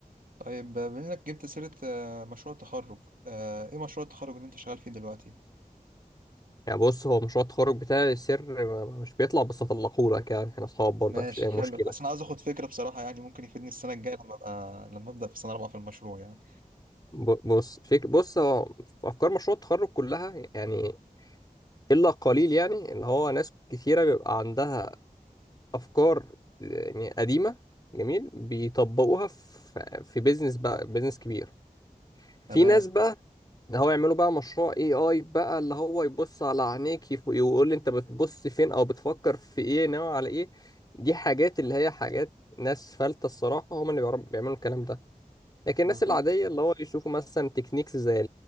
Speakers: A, on the right; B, on the left.
A: طيب بما انك جبت سيره آه، مشروع التخرج آه، ايه مشروع التخرج اللي انت شغال فيه دلوقتي
B: يعني بص هو مشروع التخرج بتاعي سر ما- مش بيطلع بس هطلقهولك يعني احنا اصحاب برضه
A: ماشي
B: مفيش اي
A: حلو
B: مشكلة
A: اصل انا عاوز اخد فكره بصراحه يعني ممكن يفيدني السنه الجايه لما ابقى لما ابدا في سنه رابعه في المشروع يعني
B: ب- بص فيك بص هو في افكار مشروع التخرج كلها يعني الا قليل يعني اللي هو ناس كثيره بيبقى عندها افكار يعني قديمه جميل بيطبقوها في في بيزنس بقى بيزنس كبير في
A: تمام
B: ناس بقى اللي هو يعملوا بقى مشروع اي اي بقى اللي هو يبص على عينيك يف- يقول لي انت بتبص فين او بتفكر في ايه ناوي على ايه دي حاجات اللي هي حاجات ناس فلتة الصراحة هم اللي بيعرفوا- بيعملوا الكلام ده لكن الناس
A: بالظبط
B: العادية اللي هو يشوفوا مثلا تكنيكس زي